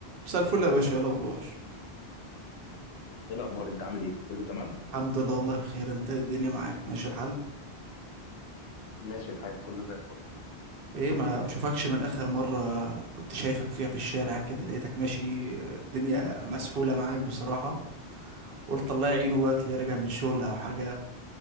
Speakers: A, on the right; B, on the left.
A: مساء الفل يا باشا ايه الاخبار
B: ايه الاخبار انت عامل ايه كله تمام
A: الحمد لله والله بخير انت إيه الدنيا معاك ماشي الحال
B: ماشي الحال كله زي الفل
A: ايه ما بشوفكش من اخر مرة كنت شايفك فيها في الشارع كده لقيتك ماشي الدنيا مسحولة معاك بصراحة قلت الله يعينه بقى اللي راجع من شغل او حاجة